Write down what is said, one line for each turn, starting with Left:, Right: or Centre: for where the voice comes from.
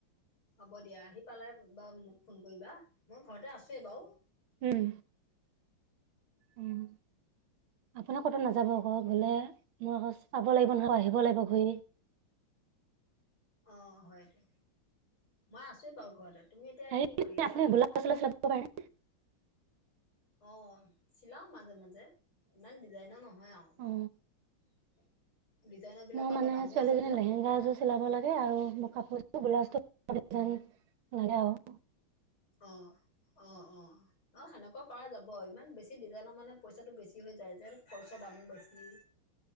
Left: হ'ব দিয়া, আহি পালে বা মোক ফোন কৰিবা, মই ঘৰতে আছোৱে বাৰু।
Right: উম। উম! আপুনি ক'তো নাযাব আকৌ গলে মই আকৌ চাব লাগিব নহয় আহিব লাগিব ঘূৰি।
Left: অ হয়টো, মই আছো বাৰু ঘৰতে, তুমি এতিয়া
Right: হেৰি
Left: কি কৰি আছা?
Right: <inaudible>
Left: অ চিলাও মাজে মাজে ইমান ডিজাইনৰ নহয় আৰু।
Right: অ
Left: ডিজাইনৰ বিলাকৰ
Right: মই মানে
Left: আকৌ দামো
Right: ছোৱালীজনী
Left: আছে যে
Right: লেহেংগা এজোৰ চিলাব লাগে আৰু মোৰ কাপোৰ ব্লাউজটো দিজাইন লাগে আৰু।
Left: অ অ অ অ সেনেকুৱা পাৰ যাব ইমান বেছি বেছি ডিজাইনৰ মানে পইচাটো বেছি হৈ যায় যে খৰচা দামো বেছি।